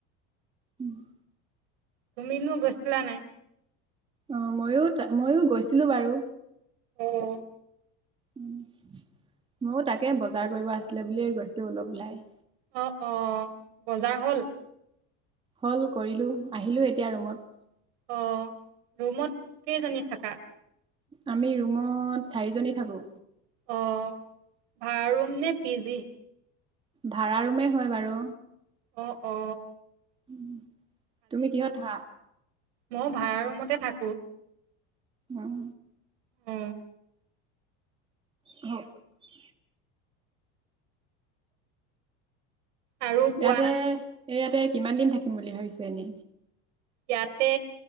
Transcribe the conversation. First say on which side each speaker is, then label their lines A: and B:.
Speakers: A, on the right (about 15°); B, on the right (about 80°).
A: উম,
B: তুমি নো গৈছিলা নাই?
A: অ, ময়ো তা ময়ো গৈছিলো বাৰু।
B: অ',
A: উম, ময়ো তাকে বজাৰ কৰিব আছিলে বুলিয়ে গৈছিলো অলপ ওলাই।
B: অ', অ', বজাৰ হ'ল?
A: হ'ল কৰিলো আহিলো এতিয়া ৰুমত।
B: অ, ৰুমত কেইজনী থাকা?
A: আমি ৰুমত চাৰিজনী থাকো।
B: অ ভাড়া ৰুম নে পি জি,,
A: ভাড়া ৰুমেই হয় বাৰু।
B: অ অ।
A: উ তুমি কিহত থা
B: মৌ ভাড়া ৰুমতে থাকো।
A: অহ
B: অ
A: হ <unintelligible> <unintelligible>
B: আৰু কোৱা
A: ইয়াতে এ ইয়াতে কিমান দিন থাকিম বুলি ভাবিছে এনে
B: ইয়াতে